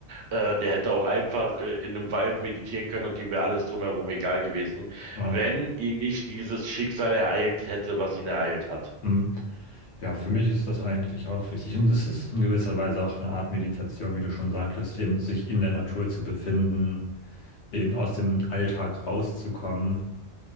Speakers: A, on the right (about 80°); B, on the left (about 80°).
A: Äh, der hätte auch einfach äh, in einem Wald meditieren können und ihm wäre alles drumherum egal gewesen,
B: Wow.
A: wenn ihn nicht dieses Schicksal ereilt hätte, was ihn ereilt hat.
B: Mhm. Ja, für mich ist das eigentlich auch wichtig. Und es ist in gewisser Weise auch eine Art Meditation, wie du schon sagtest, eben sich in der Natur zu befinden, eben aus dem Alltag rauszukommen